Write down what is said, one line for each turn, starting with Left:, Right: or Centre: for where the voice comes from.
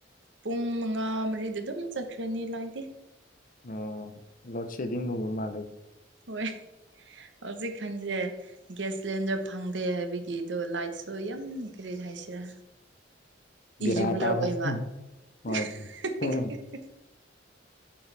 Right: ꯄꯨꯡ ꯃꯉꯥ ꯃꯔꯤꯗ ꯑꯗꯨꯝ ꯆꯠꯈ꯭ꯔꯅꯤ ꯂꯥꯏꯠꯗꯤ
Left: ꯑꯣ ꯂꯣꯗ ꯁꯦꯗꯤꯡꯒꯨꯕ ꯃꯥꯂꯦ
Right: ꯍꯣꯏ ꯍꯧꯖꯤꯛ ꯀꯥꯟꯁꯦ ꯒ꯭ꯌꯥꯁ ꯁꯤꯂꯤꯟꯗꯔ ꯐꯪꯗꯦ ꯍꯥꯏꯕꯒꯤꯗꯣ ꯂꯥꯏꯠꯁꯨ ꯌꯥꯝ ꯀ꯭ꯔꯤ ꯍꯥꯏꯁꯤꯔꯥ
Left: ꯕꯦꯔꯥ
Right: ꯏꯔꯤꯒꯨꯂꯔ
Left: ꯇꯥꯕ
Right: ꯑꯣꯏꯕ
Left: ꯍꯣꯏ
Right: <unintelligible>
Left: ꯎꯝ